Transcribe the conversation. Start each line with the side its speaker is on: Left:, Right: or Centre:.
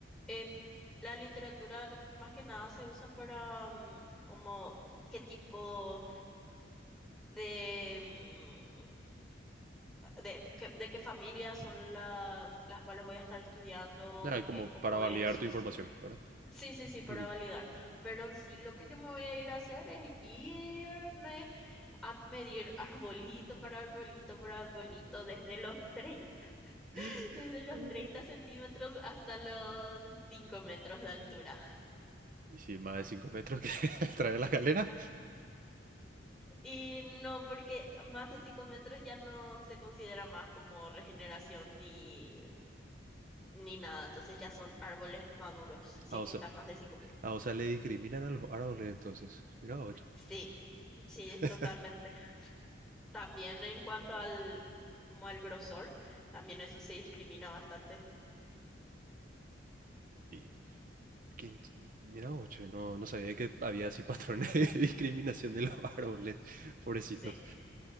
Centre: eh, la literatura más que nada se usa para mm, como qué tipo de, mm, de, qué- de qué familias son las, las cuales voy a estar estudiando,
Right: Ah,
Centre: eh,
Right: como
Centre: cómo
Right: para validar
Centre: es. es-
Right: tu información, ¿verdad?
Centre: Sí, sí, sí, para
Right: Ujú.
Centre: validar. Pero en sí lo que yo me voy a ir a hacer es irme a medir <laughs> arbolito para arbolito para arbolito desde los 30 <laughs>
Right: <laughs>
Centre: desde los 30 centímetros hasta los 5 metros de altura.
Right: Y si más de 5 metros que <laughs> trae la galera.
Centre: Y no, porque más de 5 metros ya no se considera más como regeneración ni, ni nada. Entonces ya son árboles maduros, si
Right: Ah,
Centre: es
Right: o
Centre: que
Right: sea,
Centre: están más de 5 metros.
Right: Ah, o sea, le discriminan a los árboles entonces. Mira, oye.
Centre: Sí, sí, es
Right: <laughs>
Centre: totalmente. También en cuanto al,
Right: Ah,
Centre: como al grosor, también eso se discrimina bastante.
Right: Y, quin- mira, oye, no, no sabía que había así patrones de <laughs> discriminación de los árboles, pobrecitos.
Centre: Sí.